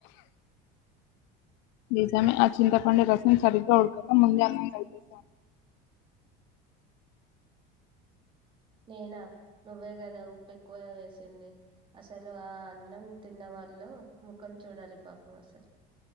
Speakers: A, on the left; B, on the right.
A: నిజమే ఆ చింతపండు రసం సరిగ్గా ఉడక ముందే అన్నం కలిపసాం
B: నేనా నువ్వే కదా ఉప్పు ఎక్కువ వేసింది, అసలు ఆ అన్నం తిన్న వాళ్ళు ముఖం చూడాలి పాపం అసలు